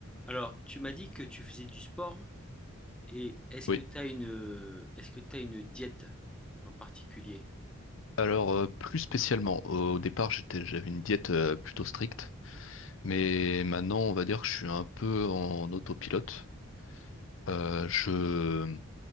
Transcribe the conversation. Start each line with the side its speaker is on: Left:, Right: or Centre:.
Centre: Alors, tu m'as dit que tu faisais du sport et est-ce
Left: Oui,
Centre: que tu as une euh, est-ce que tu une diète en particulier?
Left: alors euh, plus spécialement, au départ j'étais, j'avais une diète euh, plutôt stricte, mais maintenant on va dire que je suis un peu en autopilote. Euh, je,